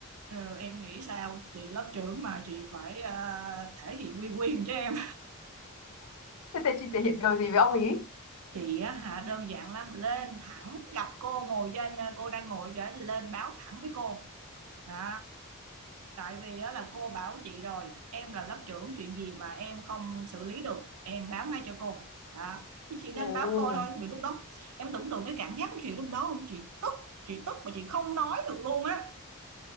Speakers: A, on the right; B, on the left.
A: ờ, em nghĩ sao chị lớp trưởng mà chị phải ờ, thể hiện uy quyền cho em
B: Thế thì chị thể hiện điều gì với ông ý?
A: <laughs> chị á hả đơn giản lắm lên thẳng gặp cô ngồi trên ờ, cô đang ngồi trên lên báo thẳng với cô đó Tại vì á, là cô bảo chị rồi em là lớp trưởng chuyện gì mà em không xử lý được em báo ngay cho cô đó thì chị
B: Ồ,
A: nên báo cô thôi vì lúc đó em tưởng tượng cái cảm giác của chị lúc đó không chị tức chị tức mà chị không nói được luôn á